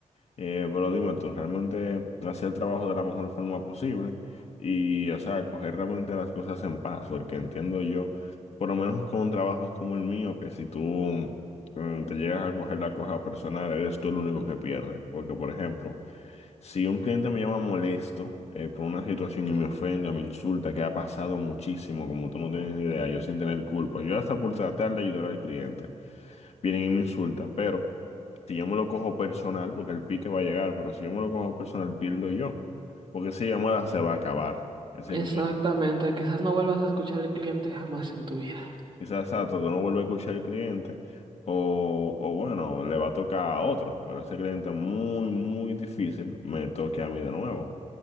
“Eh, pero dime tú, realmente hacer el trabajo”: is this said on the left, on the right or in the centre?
Left